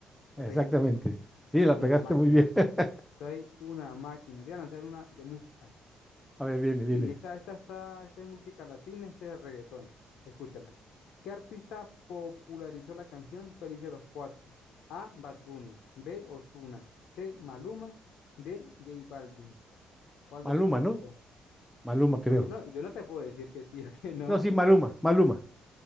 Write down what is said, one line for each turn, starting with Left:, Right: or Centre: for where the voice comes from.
Left: ¿La
Centre: exactamente.
Left: pegué?
Centre: Sí, la
Left: Soy
Centre: pegaste
Left: una máquina.
Centre: muy bien. <laughs>
Left: Soy una máquina. Te voy a lanzar una de música.
Centre: A ver, viene,
Left: Uy,
Centre: viene.
Left: esta, esta, esta, esta es música latina, este es reggaetón. Escúchala. ¿Qué artista popularizó la canción Felices los Cuatro? A. Bad Bunny. B. Ozuna. C. Maluma. D. J Balvin. ¿Cuál
Centre: Maluma,
Left: de los cuatro
Centre: ¿no?
Left: fue?
Centre: Maluma, creo.
Left: Pues yo no, yo no te puedo decir que sí <laughs> o que no.
Centre: No, sí, Maluma, Maluma.